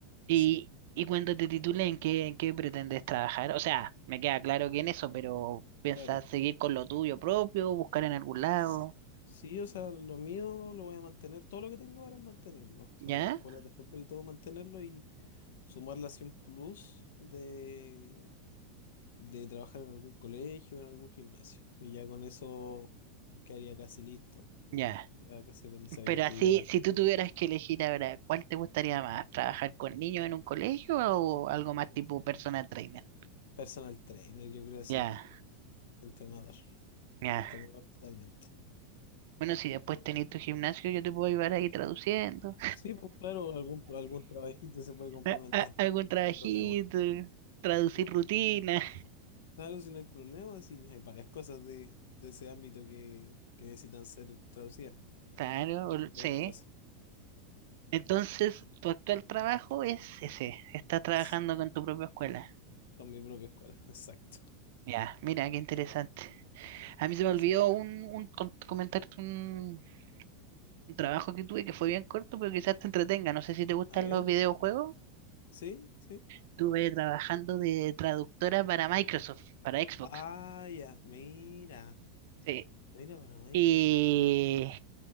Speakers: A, on the right; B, on the left.
A: Y,
B: Sí,
A: y cuando te titulen, ¿en qué, en qué pretendes trabajar? O sea, me queda claro que en eso, pero ¿piensas
B: claro.
A: seguir con lo tuyo propio, buscar en algún lado?
B: S- Sí, o sea, lo mío lo voy a mantener, todo lo que tengo ahora es mantenerlo. O sea,
A: ¿Ya?
B: las escuelas de fútbol y todo, mantenerlo y sumarle así un plus de, de trabajar en algún colegio, en algún gimnasio. Y ya con eso quedaría casi listo,
A: Ya.
B: ya casi realizado
A: Pero
B: y estudiar
A: así,
B: algo.
A: si tú tuvieras que elegir ahora, ¿cuál te gustaría más? ¿Trabajar con niños en un colegio o algo más tipo personal trainer?
B: Personal trainer, yo creo así,
A: Ya,
B: entrenador.
A: ya.
B: Entrenador totalmente.
A: Bueno, si después tenés tu gimnasio, yo te puedo ayudar ahí traduciendo.
B: Sí, pues claro, algún, algún trabajito se puede
A: <laughs>
B: complementar.
A: a- a- Algún trabajito,
B: No hay problema.
A: traducir
B: No,
A: rutina.
B: claro, si no hay problema, sí, hay varias cosas de, de ese ámbito que, que necesitan ser traducidas.
A: Claro, o- sí.
B: Varias cosas.
A: Entonces, tu actual trabajo es ese. Estás trabajando
B: Ps,
A: con tu propia escuela.
B: Con mi propia escuela. <laughs> Exacto.
A: Ya, mira, qué interesante.
B: Exacto.
A: A mí se me olvidó
B: Sí.
A: un, un com- comentarte un, un trabajo que tuve que fue bien corto, pero quizás te entretenga. No sé si te gustan
B: A ver.
A: los videojuegos.
B: Sí, sí.
A: Estuve trabajando de traductora para Microsoft, para Xbox.
B: Ah, ya. Mira.
A: Sí.
B: Mira para Microsoft.
A: Y